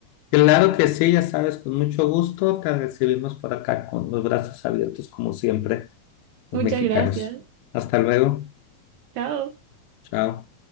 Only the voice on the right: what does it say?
Muchas
gracias.
Chao.